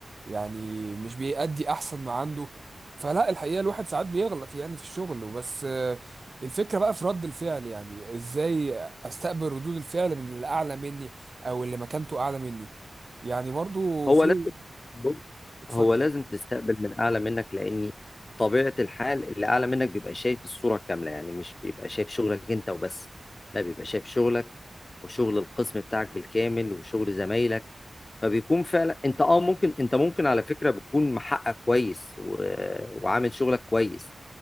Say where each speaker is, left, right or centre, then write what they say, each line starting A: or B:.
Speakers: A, on the right; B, on the left.
A: يعني مش بيأدي أحسن ما عنده فلا الحقيقة الواحد ساعات بيغلط يعني في الشغل وبس آه، الفكرة بقى في رد الفعل يعني إزاي أستقبل ردود الفعل من اللي أعلى مني او اللي مكانته اعلى مني يعني برضو
B: هو
A: في
B: لازم بص،
A: اتفضل
B: هو لازم تستقبل من اعلى منك لان طبيعه الحال اللي اعلى منك بيبقى شايف الصوره كامله يعني مش بيبقى شايف شغلك انت وبس لا بيبقى شايف شغلك وشغل القسم بتاعك بالكامل وشغل زمايلك فبيكون فعلا انت اه ممكن انت ممكن على فكره بتكون محقق كويس و... وعامل شغلك كويس